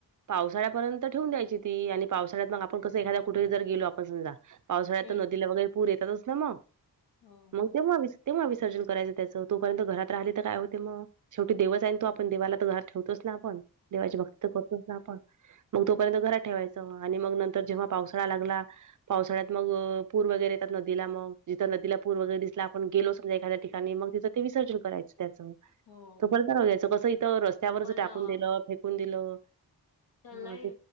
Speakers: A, on the right; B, on the left.
A: पावसाळ्यापर्यंत ठेवून द्यायची ती आणि पावसाळ्यात मग आपण कसं एखाद्या कुठे जर गेलो आपण समजा पावसाळ्यात
B: हम्म
A: नदीला वगैरे पूर येतातच ना मग
B: हो हो
A: मग तेव्हा तेव्हा विसर्जन करायचं त्याचं तोपर्यंत घरात राहिले तर काय होते मग शेवटी देवच आण तो आपण देवाला तर घर ठेवतोच ना आपण देवाची भक्त तर करतोच ना आपण मग तोपर्यंत घरात ठेवायचं आणि मग नंतर जेव्हा पावसाळा लागला पावसाळ्यात मग पूर वगैरे येतात नदीला मग जिथं नदीला पूर वगैर दिस आपण गेलो समज एखा्यािकाणी मग तिं ते विसर्जन करायं त्याचं
B: हो
A: तो पताना घ्यायचं कसं इथं रस्त्यावरच
B: पण
A: टाकून
B: अ,
A: दिलं फेकून दिलं
B: लय
A: हा ते